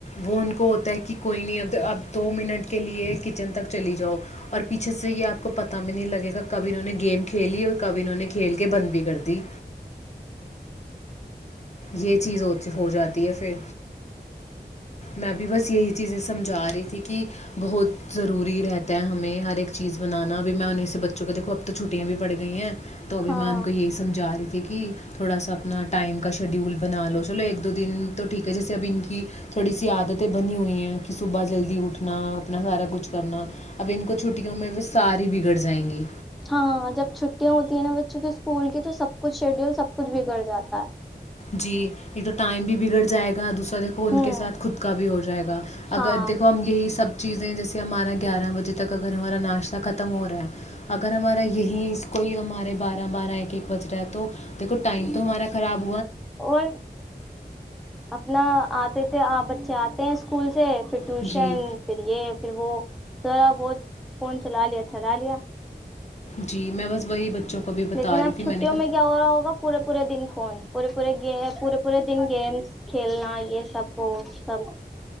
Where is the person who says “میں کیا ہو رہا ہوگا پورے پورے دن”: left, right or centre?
Centre